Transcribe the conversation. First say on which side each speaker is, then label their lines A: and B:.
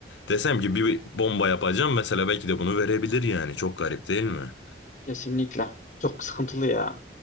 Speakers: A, on the left; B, on the left.
A: Desem ki bir bomba yapacağım mesela belki de bunu verebilir yani. Çok garip değil mi?
B: Kesinlikle. Çok sıkıntılı ya.